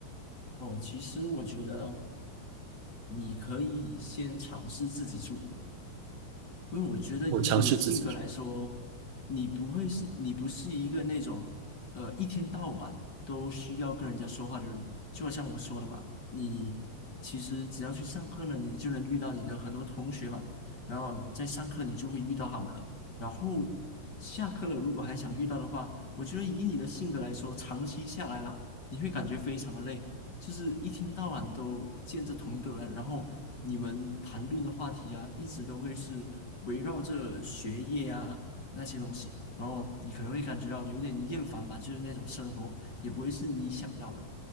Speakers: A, on the left (about 25°); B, on the right (about 75°).
A: 哦，其实我觉得你可以先尝试自己住。因为我觉得以你的性格来说，
B: 我尝试自己。
A: 你不会是，你不是一个那种，呃，一天到晚都需要跟人家说话的人。就好像我说的嘛，你其实只要去上课呢，你就能遇到你的很多同学嘛，然后在上课你就会遇到他们了。然后下课了，如果还想遇到的话，我觉得以你的性格来说，长期下来啦，你会感觉非常的累，就是一天到晚都见着同一个人，然后你们谈论的话题啊，一直都会是围绕着学业啊那些东西，然后你可能会感觉到有点厌烦吧，就是那种生活也不会是你想要的。